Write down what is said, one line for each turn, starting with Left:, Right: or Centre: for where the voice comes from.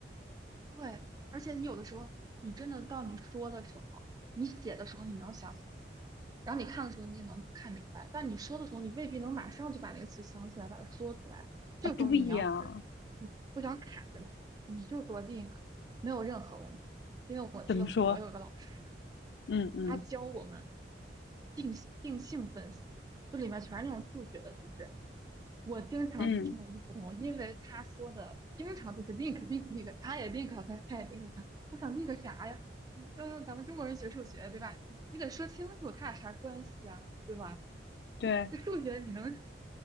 Right: 对，而且你有的时候，你真的到你说的时候，你写的时候，你能想起那个词儿，然后你看的时候，你也能看明白，但你说的时候，你未必能马上就把那个词想起来，把它说出来。这个时候，
Left: 对呀、
Right: 你要是你不想卡在那儿，你就说 link，没有任何问题。因为我记得我有个老师，
Left: 怎么说？嗯嗯。
Right: 他教我们定定性分析，就里面全是那种数学的知识，我经常听不懂，
Left: 嗯，
Right: 因为他说的经常就是 link link link，他也 link 了他，他也 link 了他。我想 link 啥呀？你这咱们中国人学数学对吧？你你得说清楚他俩啥关系啊，对吧？
Left: 对，
Right: 这数学你能，